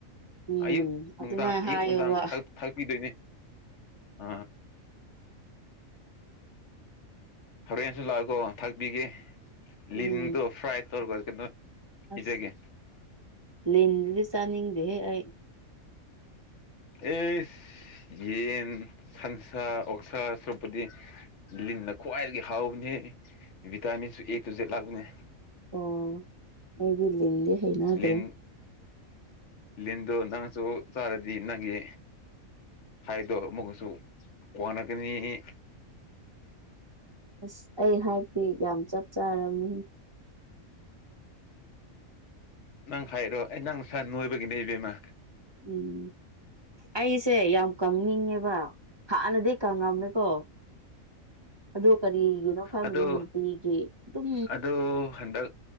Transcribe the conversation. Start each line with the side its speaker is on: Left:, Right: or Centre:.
Right: ꯎꯝ
Left: ꯑꯌꯨꯛ ꯅꯨꯡꯗꯥꯡ
Right: ꯑꯗꯨꯃꯥꯏꯅ
Left: ꯑꯌꯨꯛ
Right: ꯍꯥꯏꯌꯣꯕ
Left: ꯅꯨꯡꯗꯥꯡ ꯊꯥꯒꯛꯄꯤꯗꯣꯏꯅꯦ ꯑ ꯍꯣꯔꯦꯟꯁꯨ ꯂꯥꯛꯑꯀꯣ ꯊꯥꯛꯄꯤꯒꯦ
Right: ꯎꯝ
Left: ꯂꯤꯟꯗꯣ ꯐ꯭ꯔꯥꯏ ꯇꯧꯔꯒ ꯀꯩꯅꯣ ꯄꯤꯖꯒꯦ
Right: ꯑꯁ ꯂꯦꯟꯗꯨꯗꯤ ꯆꯥꯅꯤꯡꯗꯦꯍꯦ ꯑꯩ
Left: ꯑꯦ ꯌꯦꯟ ꯁꯟꯁꯥ ꯑꯣꯛꯁꯥ ꯁꯔꯨꯄꯗꯤꯤ ꯂꯤꯟꯅ ꯈ꯭ꯋꯥꯏꯗꯒꯤ ꯍꯥꯎꯕꯅꯤ ꯚꯤꯇꯥꯃꯤꯟꯁꯨ ꯑꯦ ꯇꯨ ꯖꯦꯗ ꯂꯥꯛꯄꯅꯦ
Right: ꯑꯣ ꯑꯩꯗꯤ ꯂꯤꯟꯗꯤ ꯍꯩꯅꯗ꯭ꯔꯦ
Left: ꯂꯤꯟ ꯂꯤꯟ ꯑꯗꯣ ꯅꯪꯁꯨ ꯆꯥꯔꯗꯤ ꯅꯪꯒꯤ ꯍꯥꯏꯗꯣ ꯃꯨꯣꯏꯛꯁꯨ ꯀꯅꯒꯅꯤ
Right: ꯑꯁ ꯑꯩ ꯍꯥꯏꯇꯤ ꯌꯥꯝ ꯆꯞ ꯆꯥꯔꯝꯃꯤ
Left: ꯅꯪ ꯍꯥꯏꯔꯣ ꯑꯩ ꯅꯪ ꯈꯔꯥ ꯅꯣꯏꯕꯒꯤꯅꯦ ꯏꯕꯦꯝꯃ
Right: ꯎꯝ ꯑꯩꯁꯦ ꯌꯥꯝ ꯀꯪꯅꯤꯡꯉꯦꯕ ꯍꯥꯟꯅꯗꯤ ꯀꯪꯉꯝꯃꯦꯀꯣ ꯑꯗꯣ ꯀꯔꯤꯒꯤꯅꯣ ꯈꯪꯗꯦ
Left: ꯑꯗꯣ
Right: ꯅꯨꯡꯇꯤꯒꯤ ꯑꯗꯨꯝ
Left: ꯑꯗꯨꯗ ꯍꯟꯗ